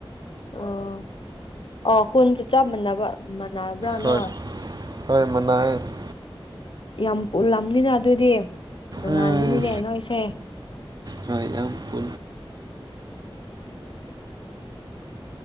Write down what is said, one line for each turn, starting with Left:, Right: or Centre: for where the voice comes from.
Left: ꯑꯣ ꯑꯣ ꯈꯨꯟꯁꯨ ꯆꯥꯃꯅꯕ ꯅꯥꯏꯕ꯭ꯔꯥꯅ
Right: ꯍꯣꯏ
Left: ꯅꯣꯢ
Right: ꯍꯣꯏ ꯃꯅꯥꯏꯁ
Left: ꯌꯥꯝ ꯄꯨꯜꯂꯝꯅꯤꯅ ꯑꯗꯨꯗꯤ ꯅꯨꯡꯉꯥꯏꯒꯅꯤꯅꯦ
Right: ꯎꯝ
Left: ꯅꯣꯏꯁꯦ
Right: ꯍꯣꯏ ꯌꯥꯝ ꯄꯨ